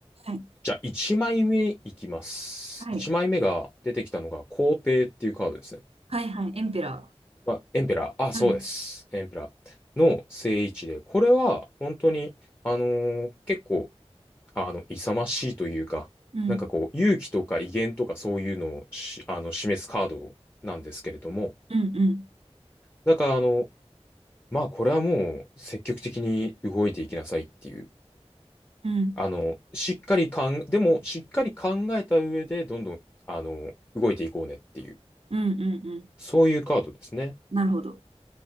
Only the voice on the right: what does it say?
はい。
はい。
はいはい。エンペラ
ー。はい。
うん。
うんうん。
うん。
うんうんうん。
なるほど。